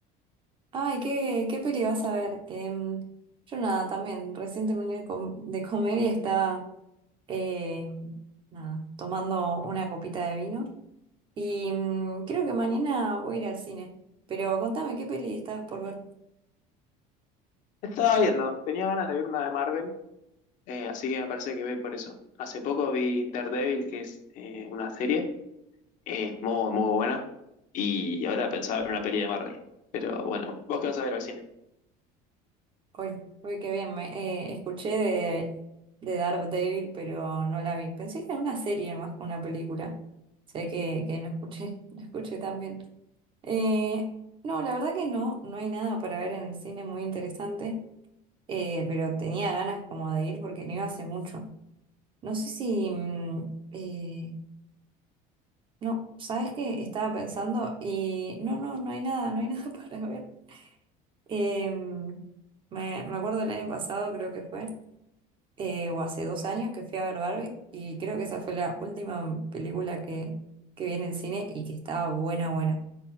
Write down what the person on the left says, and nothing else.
Estaba viendo, tenía ganas de ver una de Marvel, eh, así que me parece que voy por eso. Hace poco vi Daredevil, que es eh, una serie, eh, muy, muy buena, y ahora pensaba ver una peli de Marvel. Pero bueno, ¿vos qué vas a ver al cine?